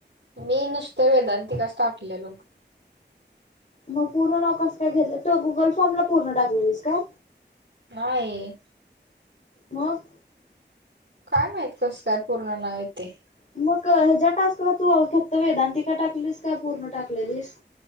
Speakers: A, on the right; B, on the left.
A: मी नुसत वेदांती कस टाकलेल लोक
B: मग पूर्ण नाव कसं काय घेतलं तर गुगल फॉर्मला पूर्ण टाकवेलीस का
A: हाय
B: मग
A: काय माहित कसं काय पूर्ण नाव ये तेे
B: मग ह्याच्या्या टास्कला तू फक्त वेदांतिका टाकलीस का पूर्ण टाकलेलीस